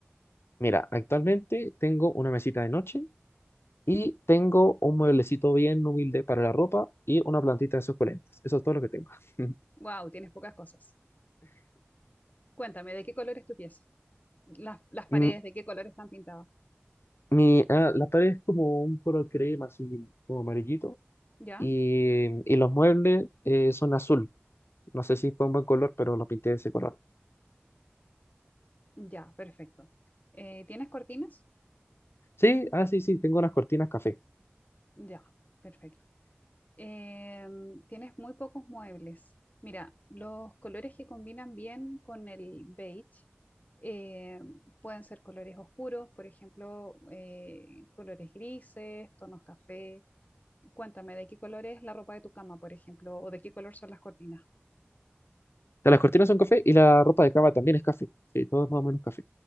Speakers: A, on the left; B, on the left.
A: Mira, actualmente tengo una mesita de noche Y tengo un mueblecito bien humilde para la ropa y una plantita de suculentas. Eso es todo lo que tengo. <laughs>
B: Wow, tienes pocas cosas. Cuéntame, ¿de qué color es tu pieza? Las, las paredes,
A: Mm,
B: ¿de qué color están pintadas?
A: Mi, ah, la pared es como un color crema, así como amarillito.
B: ¿Ya?
A: Y, y los muebles eh, son azul. No sé si fue un buen color, pero los pinté de ese color.
B: Ya, perfecto. Eh, ¿tienes cortinas?
A: Sí, ah, sí, sí, tengo unas cortinas café.
B: Ya, perfecto. Eh, tienes muy pocos muebles. Mira, los colores que combinan bien con el beige eh, pueden ser colores oscuros, por ejemplo, eh, colores grises, tonos café. Cuéntame, ¿de qué color es la ropa de tu cama, por ejemplo, o de qué color son las cortinas?
A: Ya, Las cortinas son café y la ropa de cama también es café. Sí, todo es más o menos café.